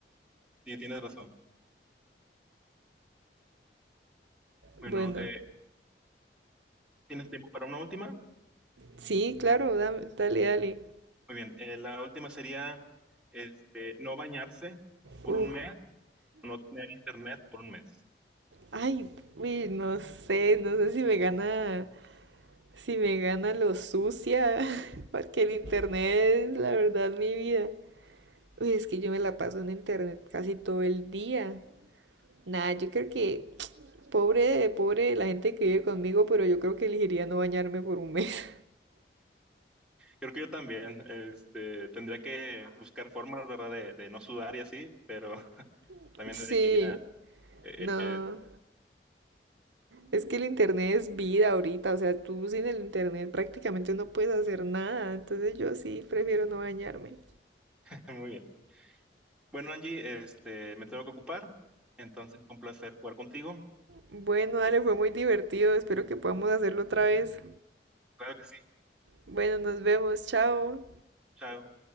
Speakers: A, in the centre; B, on the right.
A: Sí, tienes razón. Bueno,
B: Bueno,
A: eh, ¿tienes tiempo para una última?
B: sí, claro, dame- dale, dale.
A: Muy bien, eh, la última sería este, no bañarse por
B: Uf,
A: un mes, no tener internet por un mes.
B: ay, uy, no sé, no sé si me gana, si me gana lo sucia, <laughs> porque el internet es la verdad mi vida. Uy, es que yo me la paso en internet casi todo el día. nada yo creo que, <tsk> pobre, de- pobre de la gente que vive conmigo, pero yo creo que elegiría no bañarme por un mes.
A: Creo que yo también este, tendría que buscar formas, ¿verdad?, de, de no sudar y así, pero <laughs>
B: <laughs>
A: también
B: Sí,
A: elegiría... eh,
B: no.
A: eh,
B: Es que el internet es vida ahorita, o sea, tú sin el internet prácticamente no puedes hacer nada, entonces yo sí prefiero no bañarme.
A: eh, <laughs> muy bien. Bueno, Angie, este, me tengo que ocupar, entonces fue un placer jugar contigo.
B: Bueno, dale,
A: Y
B: fue muy divertido, espero que podamos hacerlo otra vez.
A: claro que sí.
B: Bueno, nos vemos, chao.
A: Chao.